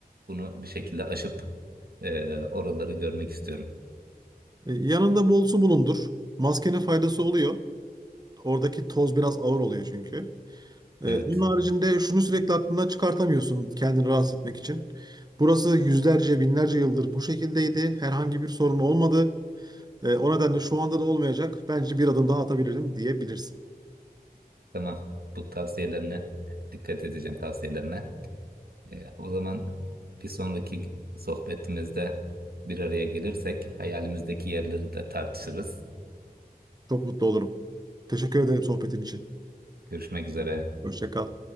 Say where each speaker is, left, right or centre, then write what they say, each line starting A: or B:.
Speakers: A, on the right; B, on the right.
A: bunu bir şekilde aşıp e, oraları görmek istiyorum.
B: E, yanında bol su bulundur. Maskenin faydası oluyor. Oradaki toz biraz ağır oluyor çünkü. Ee,
A: Evet,
B: onun haricinde şunu sürekli aklından çıkartamıyorsun kendini rahatsız etmek için. Burası yüzlerce, binlerce yıldır bu şekildeydi. Herhangi bir sorun olmadı. Ee, o nedenle şu anda da olmayacak. Bence bir adım daha atabilirim diyebilirsin.
A: tamam. Bu tavsiyelerine dikkat edeceğim tavsiyelerine. E, o zaman bir sonraki sohbetimizde bir araya gelirsek hayalimizdeki yerleri de tartışırız.
B: Çok mutlu olurum. Teşekkür ederim sohbetin için.
A: Görüşmek üzere.
B: Hoşça kal.